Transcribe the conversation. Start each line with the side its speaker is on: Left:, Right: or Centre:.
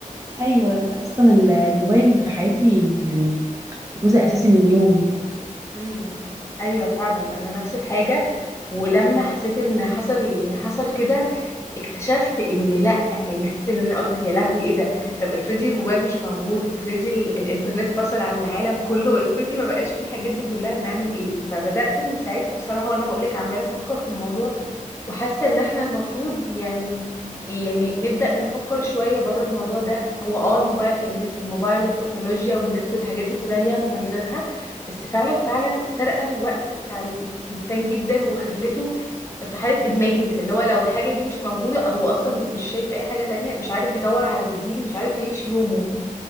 Right: ايوه اصلا الموبايل في حياتي يعني جزء اساسي من يومي
Left: امم ايوه فعلا انا نفس الحاجه ولما حسيت ان حصل يعني حصل كده اكتشفت ان لا يعني حسيت ان انا قلت يا لهوي ايه ده طب افرضي الموبايل مش موجود افرضي ال- الانترنت فصل عن العالم كله افرضي ما بقاش فيه الحاجات دي كلها نعمل ايه فبدات من ساعتها بصراحه وانا بقول لك عماله افكر في الموضوع وحاسه ان احنا المفروض يعني يعني نبدا نفكر شويه بره الموضوع ده هو اه الموبايل يعني الموبايل والتكنولوجيا والنت والحاجات دي كلها ليها مميزاتها بس فعلا فعلا سرقه الوقت بتاع الانسان جدا وخلته في حاله ادمان كده اللي هو لو الحاجه دي مش موجوده هو اصلا مش شايف اي حاجه تانية مش عارف يدور على بديل مش عارف يعيش يومه